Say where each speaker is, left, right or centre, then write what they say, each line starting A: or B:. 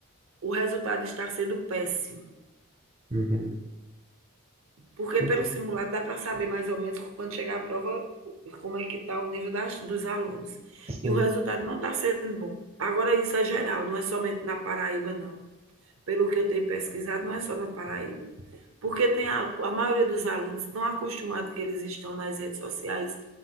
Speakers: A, on the right (about 80°); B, on the right (about 30°).
A: o resultado está sendo péssimo.
B: Uhum.
A: Porque
B: Então,
A: pelo simulado dá para saber mais ou menos quando chegar a prova como é que está o nível das, dos alunos.
B: sim.
A: E o resultado não está sendo bom. Agora isso é geral, não é somente na Paraíba, não. Pelo que eu tenho pesquisado, não é só na Paraíba. Porque tem a, a maioria dos alunos estão acostumados que eles estão nas redes sociais